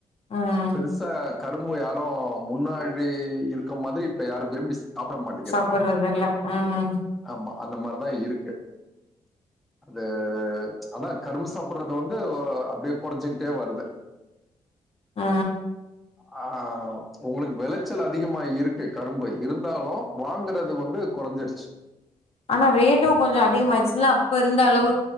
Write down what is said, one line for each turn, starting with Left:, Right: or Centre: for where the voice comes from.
Left: ம்
Centre: பெருசா கரும்பு யாரு முன்னாடி இருக்க மாதிரி இப்ப யாரு விரும்பி சா சாப்ட மாட்டேக்கிறாங்க
Left: சாப்பட்றதில்ல ம்
Centre: ஆமா அந்த மார்தா இருக்கு அது து அதா கரும்பு சாப்பறது வந்து அப்டியே கொறைஞ்சிக்கிட்டே வருது
Left: ஆ
Centre: ஆ உங்களுக்கு விளைச்சல் அதிகமா இருக்கு கரும்பு இருந்தாலு வாங்கறது வந்து கொறஞ்சிருச்சு
Left: ஆனா ரேட்டுங் கொஞ்சொ அதிகமாயிடுச்சுல்ல அப்ப இருந்த அளவு